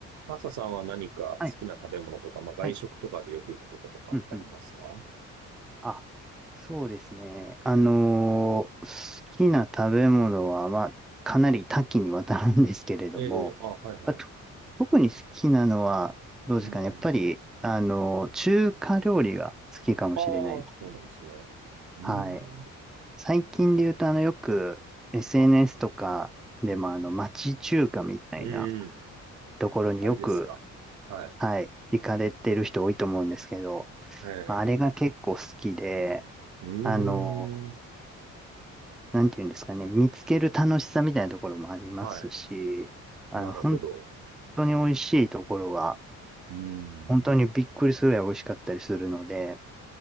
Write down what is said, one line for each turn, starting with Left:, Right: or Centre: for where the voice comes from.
Right: マサさんは何か好きな食べ物とか、
Centre: はい、
Right: まあ、外食とかでよく行くとことかありますか
Centre: はい、うんうん。あ、そうですね。あのー好きな食べ物は、
Right: うん
Centre: まあ、かなり多岐にわたるんですけれども、
Right: ええあ、はいはい。
Centre: あと特に好きなのは、どうですかね。
Right: うん。
Centre: やっぱり、あのー中華料理が好きかもしれないです。
Right: ああ、そうなんですね。うん。
Centre: はい。最近で言うと、あの、よく SNS
Right: はい。
Centre: とかでも、
Right: うん。
Centre: あの、町中華みたいな
Right: うん。
Centre: ところによく、
Right: あれですか。はい。
Centre: はい、行かれてる人多いと思うんですけど、
Right: ええ
Centre: まああれが結構好きで、
Right: うん。
Centre: あの、なんていうんですかね、見つける楽しさみたいなところもありますし、
Right: はい。
Centre: あの、
Right: なるほど。
Centre: 本当に美味しいところは、
Right: うん。
Centre: 本当にびっくりするぐらい美味しかったりするので、